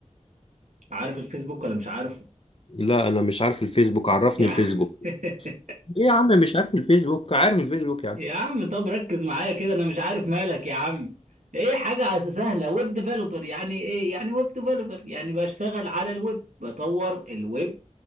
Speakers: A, on the right; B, on the left.
A: عارف الفيسبوك ولا مش عارفه
B: لا انا مش عارف الفيسبوك عرفني
A: يعني
B: الفيسبوك
A: <laughs>
B: ايه يا عم مش عارف الفيسبوك عارف الفيسبوك يعني
A: يا عم طب ركز معايا كده انا مش عارف مالك يا عم ايه حاجة عس- سهلة ويب ديفلوبر يعني ايه يعني ويب ديفلوبر يعني بشتغل على الويب بطور الويب